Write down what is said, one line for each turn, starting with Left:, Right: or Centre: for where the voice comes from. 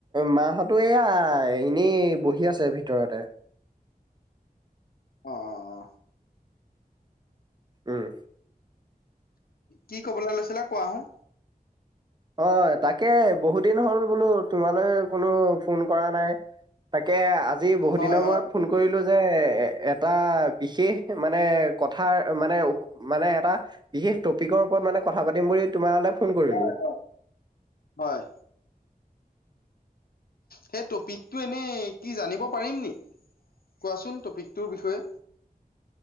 Right: মাহঁতো এয়া এনেই বহি আছে ভিতৰতে।
Left: অ অ
Right: উম।
Left: কি ক'বলৈ লৈছিলা কোৱাহো।
Right: অ তাকে বহু দিন হ'ল বোলো তোমালৈ কোনো ফোন কৰা নাই তাকে আজি বহুত
Left: হয়
Right: দিনৰ
Left: হয়
Right: মূৰত ফোন কৰিলো যে এ। এটা বিশেষ মানে কথা মানে মানে এটা বিশেষ টপিকৰওপৰত। মান কথা পাতিম বুলি তোমাৰলৈ ফোন কৰিলো।
Left: হয় হয় হয় সেই টপিকটো এনেই কি জানিব পাৰিম নি। কোৱাচোন টপিকটোৰ বিষয়ে